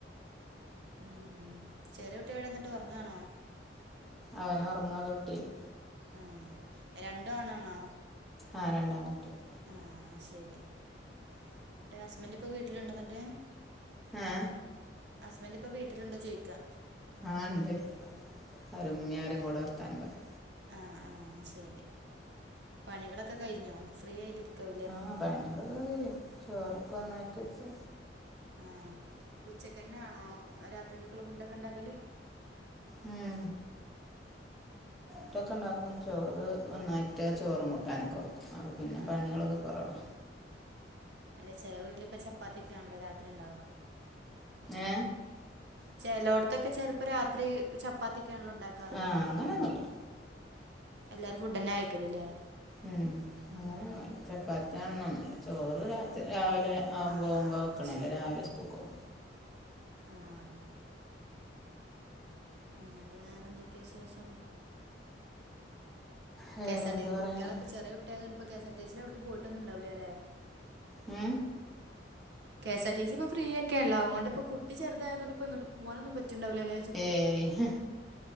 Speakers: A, on the right; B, in the centre.
A: ഉം. ചെറിയ കുട്ടി എവിടെ എന്നിട്ട് ഉറങ്ങാണോ?
B: അവന് ഒറങ്ങാ തൊട്ടില്.
A: ഉം. രണ്ടു ആണാണോ?
B: ആ. രണ്ടാങ്കുട്ടിയള്.
A: ആ. ശരി. <unintelligible> ഹസ്ബൻഡ് ഇപ്പൊ വീട്ടിലുണ്ടോന്നട്ട്?
B: ഏ
A: ഹസ്ബന്റ് ഇപ്പൊ വീട്ടിലുണ്ടോ ചോയിക്കാ?
B: ആഹ് ണ്ട് അവരും ഉമ്മ്യഅവരും കൂടെ വർത്താനം പറയാ
A: ആഹ് ആഹ് ശെരി. പണികളൊക്കെ കഴിഞ്ഞോ? ഫ്രീ. ആയിട്ടിരിക്കാവു
B: ആഹ് പണികളൊക്കെ കഴിഞ്ഞ്. ചോറൊക്കെ ഒന്നായിട്ട് വെച്ച്
A: ആഹ് ഉച്ചക്കന്നെ ആണോ രാത്രിക്കൊള്ള ഫുഡൊക്കെണ്ടാക്കല്
B: ഉം ട്ടൊക്കെണ്ടാക്കും ചോറ് ഒന്നായിട്ട് ചോറും കുട്ടാനൊക്കെവെക്കും. അപ്പ പിന്നെ
A: ആഹ്
B: പണികളൊക്കെ കൊറവാ
A: അല്ലെ ചെല വീട്ടിലിപ്പ ചപ്പാത്തിയ ഒക്കെ ആണല്ലോ രാത്രി ഉണ്ടാവ
B: ഏ
A: ചേലോടത്തൊക്കെ ചെലപ്പം രാത്രി ചപ്പാത്തിക്കെയാണല്ലോ ഉണ്ടാക്കാറ്
B: ആ അങ്ങനൊന്നുമില്ല
A: എല്ലാരും ഫുഡ് തന്നെ കയിക്കല് ലേ?
B: ഉം അങ്ങനെന്നുല്ല ചപ്പാത്തിവാണന്നൊന്നുല്ല ചോറ് രാത്രി രാവിലെ അവൻ
A: ആഹ്
B: പോവുമ്പോ
A: ആഹ്
B: വെക്കണല്ലേ
A: ശരി
B: രാവിലെ സ്കൂൾക്ക്
A: ആഹ് എന്നിട്ട് വേറെ എന്തൊക്കെയ വിശേഷം?
B: വേറെന്ത്
A: കെ എസ് ആർ ടിസി
B: പറയണം
A: കുട്ടികളൊക്കെ ചെറിയ കുട്ടിയായോണ്ട്. ഇപ്പ കെസ് ആർ ടി സിൽ എവിടക്കും പോയിട്ടൊന്ന ഉണ്ടാവില്ല അല്ലേ
B: എ
A: കെസ് ആർ ടി സി ഇപ്പ ഫ്രീ ഒക്കെ അല്ലെ അയ്കൊണ്ട് ഇപ്പ കുട്ടി ചെറുതുകൊണ്ട് ഇപ്പ എങ്ങട്ടും പോവാനും പറ്റുണ്ടാവില്ല അല്ലെ
B: ഏയ്